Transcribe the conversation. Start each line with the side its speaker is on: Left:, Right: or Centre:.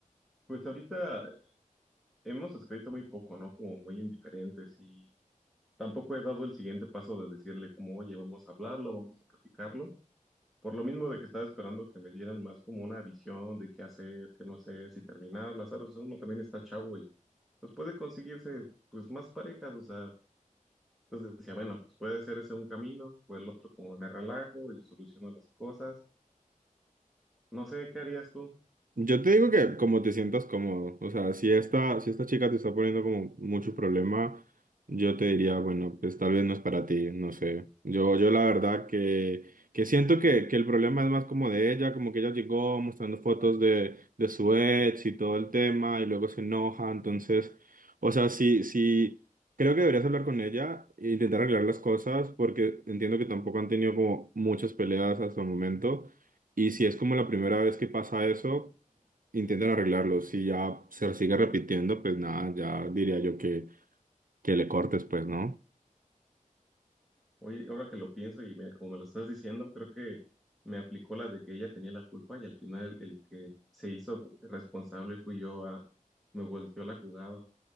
Centre: Pues ahorita hemos escrito muy poco, ¿no? Como muy indiferentes y tampoco he dado el siguiente paso de decirle como, oye, vamos a hablarlo, vamos a platicarlo. Por lo mismo de que estaba esperando que me dieran más como una visión de qué hacer, qué no hacer, si terminarla, ¿sabes? O sea, uno también está chavo y pues puede conseguirse pues más parejas, o sea, entonces decía, bueno, pues puede ser ese un camino o el otro como me relajo y soluciono las cosas. No sé, ¿qué harías tú?
Right: Yo te digo que como te sientas cómodo, o sea, si esta, si esta chica te está poniendo como mucho problema, yo te diría, bueno, pues tal vez no es para ti, no sé. Yo, yo la verdad que, que siento que, que el problema es más como de ella, como que ella llegó mostrando fotos de, de su ex y todo el tema y luego se enoja, entonces, o sea, sí, sí, creo que deberías hablar con ella e intentar arreglar las cosas porque entiendo que tampoco han tenido como muchas peleas hasta el momento. Y si es como la primera vez que pasa eso, intentan arreglarlo. Si ya se sigue repitiendo, pues nada, ya diría yo que, que le cortes, pues, ¿no?
Centre: Oye, ahora que lo pienso y me- como me lo estás diciendo, creo que me aplicó la de que ella tenía la culpa y al final el que se hizo cu- responsable fui yo a, me volteó la jugada.